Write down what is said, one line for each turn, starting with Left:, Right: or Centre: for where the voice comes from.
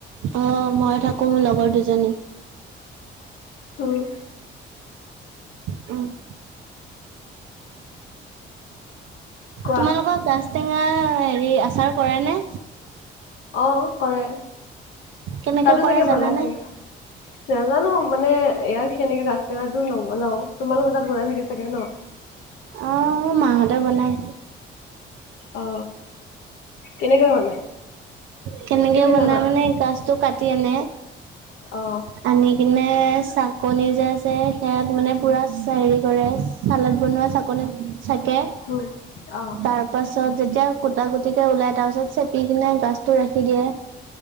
Right: অঁ মই থাকো, মোৰ লগৰ দুজনী।
Left: উম
Right: উম
Left: কোৱা?
Right: তোমালোকৰ গাজ টেঙাৰ হেৰি আচাৰ কৰেনে?
Left: অঁ কৰে।
Right: কেনেকে
Left: তাতো
Right: কৰে
Left: চাগে
Right: জানানে?
Left: বনাইছে? নাজানো মানে ইয়াৰ সেনেকে গাজ টেঙাটো নবনাও, তোমালোকৰ তাত বনাই থাকে চাগে ন?
Right: অঁ মাহঁতে বনাই।
Left: অ, কেনেকৈ বনাই?
Right: কেনেকে
Left: তুমি
Right: বনাই
Left: জানা?
Right: মানে গাজটো কাটি আনে
Left: অ।
Right: আনি কিনে চাকনি যে আছে সেয়াত মানে পুৰা চে হেৰি কৰে চালাড বনোৱা চাকনিত চাকে
Left: উম, অ',
Right: তাৰ তাৰ পাছত যেতিয়া গুটা গুটিকে ওলাই তাৰ পাছত চেপি কিনে গাজ টো ৰাখি দিয়ে।